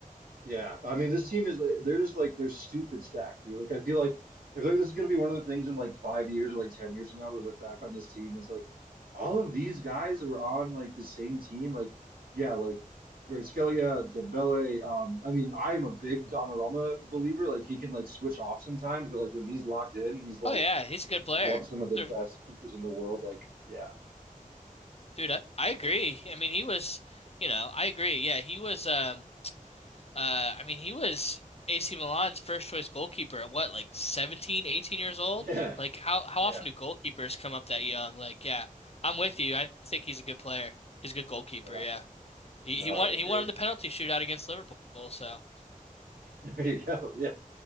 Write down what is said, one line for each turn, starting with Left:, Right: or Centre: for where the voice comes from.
Right: Yeah. I mean, this team is like- they're just like they're stupid stacked, dude. Like I feel like I feel like this is going to be one of the things in like five years or like ten years from now we look back on this team is like all of these guys were on like the same team. Like yeah, like Kvaratskhelia, Dembele. Um, I mean, I am a big Donnarumma believer. Like he can like switch off sometimes, but like when he's locked in, he's like
Left: Oh yeah, he's a good player.
Right: one some of the
Left: Sure.
Right: best keepers in the world. Like, yeah,
Left: Dude, I, I agree. I mean, he was, you know, I agree. Yeah, he was um uh I mean, he was AC Milan's first choice goalkeeper at what, like 17, 18 years old?
Right: yeah,
Left: Like how how
Right: <laughs> yeah,
Left: often do goalkeepers come up that young? Like, yeah. I'm with you. I think he's a good player. He's a good goalkeeper,
Right: yeah.
Left: yeah. He
Right: No,
Left: he
Right: I
Left: won
Right: agree.
Left: he won on the
Right: <laughs>
Left: penalty shootout against Liverpool, so
Right: There you go. Yeah.